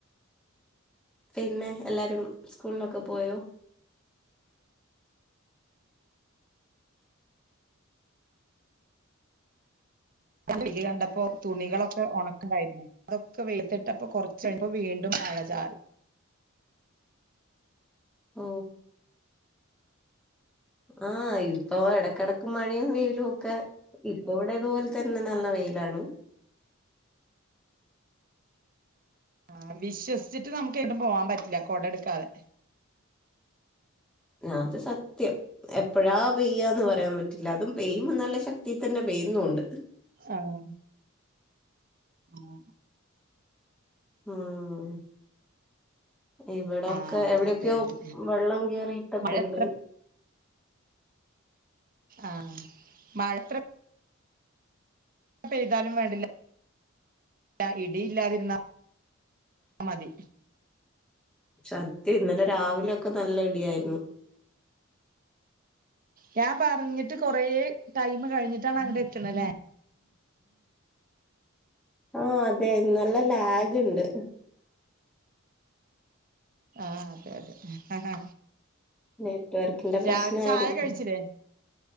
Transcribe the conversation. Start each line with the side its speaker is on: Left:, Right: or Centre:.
Centre: പിന്നെ എല്ലാരും സ്കൂളിലൊക്കെ പോയോ
Right: നല്ല വെയില് കണ്ടപ്പോ തുണികളൊക്കെ ഉണക്കണ്ടായിരുന്നു അതൊക്കെ വെയിലിത്തിട്ടപ്പോ കൊറച്ച് കഴിഞ്ഞപ്പോ വീണ്ടും മഴ ചാറി
Centre: ഓ ആഹ് യി ഇപ്പൊ എടക്കെടക്ക് മഴയും വെയിലും ഒക്കെ ഇപ്പ ഇവിടെതുപോലെ തന്നെ നല്ല വെയിലാണ്.
Right: ആ വിശ്വസിച്ചിട്ട് നമുക്ക് എങ്ങട്ടും പോവാൻ പറ്റില്ല കൊടട്ക്കാതെ
Centre: ആ അത് സത്യം എപ്പഴാ പെയ്യാന്ന് പറയാൻ പറ്റില്ല. അതും പെയ്യുമ്മ നല്ല ശക്തിതന്നെ പെയ്യുന്നുണ്ട്
Right: ആഹ് ആഹ്
Centre: ആഹ് ഇവിടൊക്കെ
Right: ആഹ്
Centre: എവിടെയൊക്ക്യോ
Right: അതെ അതെ
Centre: വെള്ളം കേറിട്ടൊക്കെണ്ട്.
Right: മഴ എത്ര ആഹ് മഴത്ര പെയ്താലും വേണ്ടില്ല ഇടില്ലാതിരുന്ന മതി
Centre: ഷത്യം ഇന്നലെ രാവിലൊക്കെ നല്ല ഇടിയായിരുന്നു.
Right: ഞാൻ പറഞ്ഞിട്ട് കൊറെ ടൈമ് കഴിഞ്ഞിട്ടാണ് അങ്ങട്ട് എത്ത്ണല്ലേ
Centre: ആഹ് അതെ നല്ല ലാഗ്ണ്ട്
Right: ആഹ് അതെ അതെ
Centre: നെറ്റ് വർക്കിന്റെ പ്രശ്നായിരിക്കും
Right: രാവിലെ ചായ കഴിച്ചില്ലേ